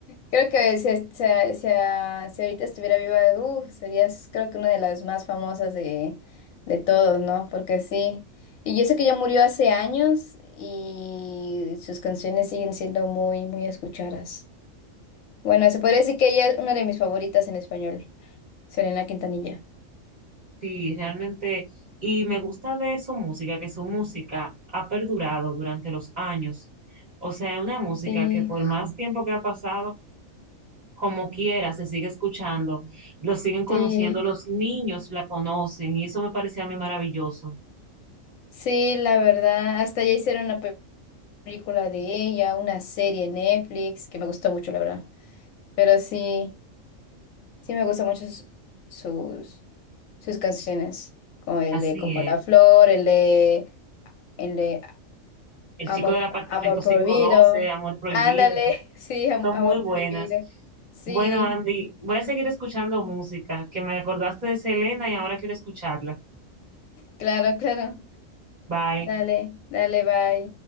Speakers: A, on the left; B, on the right.
A: Creo que si, es- si, a- si a- si ahorita estuviera viva, uh, serías creo que una de las más famosas de, de todos, ¿no? Porque sí. Y yo sé que ya murió hace años y sus canciones siguen siendo muy, muy escuchadas. Bueno, se podría decir que ella es una de mis favoritas en español, Selena Quintanilla.
B: Sí, realmente, y me gusta de su música, que su música ha perdurado durante los años. O sea, es una música
A: Sí,
B: que por más tiempo que ha pasado, como quiera, se sigue escuchando, lo siguen conociendo,
A: sí,
B: los niños la conocen, y eso me parecía a mí maravilloso.
A: sí, la verdad. Hasta ya hicieron una pe- película de ella, una serie en Netflix que me gustó mucho, la verdad. Pero sí, sí me gustan mucho sus, sus, sus canciones, como el
B: Así
A: de Como
B: es.
A: la Flor, el de, el de
B: El
A: Amor,
B: chico del apartamento
A: Amor
B: 512,
A: Prohibido.
B: Amor Prohibido,
A: Ándale, <laughs> sí, Am-
B: son
A: Amor
B: muy buenas.
A: Prohibido. Sí,
B: Bueno, Andy, voy a seguir escuchando música, que me acordaste de Selena y ahora quiero escucharla.
A: claro, claro.
B: Bye.
A: Dale, dale, bye.